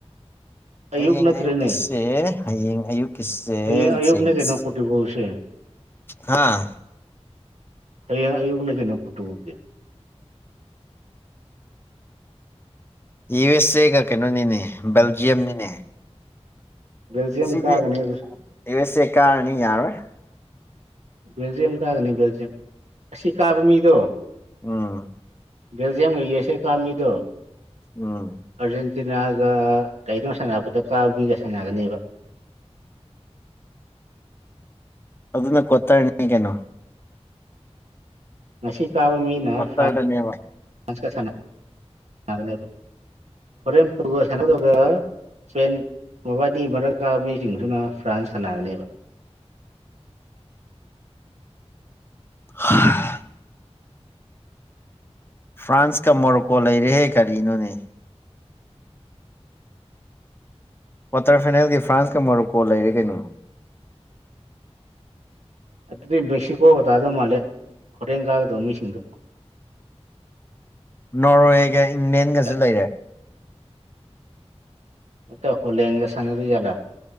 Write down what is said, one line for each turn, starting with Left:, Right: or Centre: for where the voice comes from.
Right: ꯑꯌꯨꯛ
Left: ꯍꯌꯦꯡ
Right: ꯅꯠꯇ꯭ꯔꯦꯅꯦ
Left: ꯑꯌꯨꯛꯀꯤꯁꯦ ꯍꯌꯦꯡ ꯑꯌꯨꯛꯀꯤꯁꯦ
Right: ꯍꯌꯦꯡ ꯑꯌꯨꯛꯅꯦ
Left: ꯖꯦꯡꯁꯤ
Right: ꯀꯩꯅꯣ ꯄꯣꯔꯇꯨꯒꯜꯁꯦ
Left: ꯍꯥꯥ
Right: ꯍꯌꯦꯡ ꯑꯌꯨꯛꯅꯤ ꯀꯩꯅꯣ ꯄꯣꯔꯇꯨꯒꯜꯗꯤ
Left: ꯌꯨ ꯑꯦꯁ ꯑꯦꯒ ꯀꯩꯅꯣꯅꯤꯅꯦ ꯕꯦꯜꯖꯤꯌꯝꯅꯤꯅꯦ
Right: ꯕꯦꯜꯖꯤꯌꯝ
Left: ꯁꯤꯗꯤ
Right: ꯀꯥꯒꯅꯦ ꯑꯗꯨꯁꯨ
Left: ꯌꯨ ꯑꯦꯁ ꯑꯦ ꯀꯥꯔꯅꯤ ꯌꯥꯔꫭꯏ
Right: ꯕꯦꯜꯖꯤꯌꯝ ꯀꯥꯒꯅꯤ ꯕꯦꯜꯖꯤꯌꯝ ꯑꯁꯤ ꯀꯥꯕ ꯃꯤꯗꯣ
Left: ꯑꯥ
Right: ꯕꯦꯜꯖꯤꯌꯝꯒ ꯌꯨꯑꯦꯁꯦ ꯀꯥꯃꯤꯗꯣ
Left: <unintelligible>
Right: ꯑꯥꯔꯖꯦꯟꯇꯤꯅꯥꯒ ꯀꯩꯗꯧ ꯁꯥꯟꯅꯕꯗ ꯀꯥ ꯃꯤꯒ ꯁꯥꯟꯅꯒꯅꯦꯕ
Left: ꯑꯗꯨꯅ ꯀ꯭ꯋꯥꯇꯔꯅꯤ ꯀꯩꯅꯣ
Right: ꯉꯁꯤ ꯀꯥꯕ ꯃꯤꯅ
Left: ꯀ꯭ꯋꯥꯇꯔꯗꯅꯦꯕ
Right: ꯐ꯭ꯔꯥꯟ ꯐ꯭ꯔꯥꯟꯁꯀ ꯁꯥꯅ ꯁꯥꯅꯒꯅꯤꯕ ꯍꯣꯔꯦꯟ ꯐꯨꯠꯕꯣꯜ ꯁꯅ <unintelligible> ꯏꯁꯄꯦꯟ ꯃꯕꯥꯅꯤꯒꯤ ꯃꯔꯛ ꯀꯥꯕ ꯃꯤꯁꯤꯡꯗꯨꯅ ꯐ꯭ꯔꯥꯟꯁ ꯁꯥꯟꯅꯥꯒꯅꯤꯕ
Left: <unintelligible> ꯐ꯭ꯔꯥꯟꯁꯀ ꯃꯣꯔꯣꯀꯣ ꯂꯩꯔꯦꯍꯦ ꯀꯔꯤꯅꯣꯅꯦ ꯀ꯭ꯋꯥꯇꯔ ꯐꯥꯏꯅꯦꯜꯒꯤ ꯐ꯭ꯔꯥꯟꯁꯀ ꯃꯣꯔꯣꯀꯣ ꯂꯩꯔꯦ ꯀꯩꯅꯣ
Right: ꯑꯗꯨꯗꯤ ꯃꯦꯛꯁꯤꯀꯣꯒ ꯇꯥꯗꯧ ꯃꯥꯜꯂꯦ ꯍꯣꯔꯦꯟ ꯀꯥꯒꯗꯧ ꯃꯤꯁꯤꯡꯗꯣ
Left: ꯅꯣꯔꯋꯦꯒ ꯏꯪꯂꯦꯟꯒꯁꯨ
Right: ꯑꯦ
Left: ꯂꯩꯔꯦ
Right: ꯑ ꯍꯣꯂꯦꯟꯒꯦ ꯁꯥꯟꯅꯗꯣꯏ ꯖꯥꯠꯂ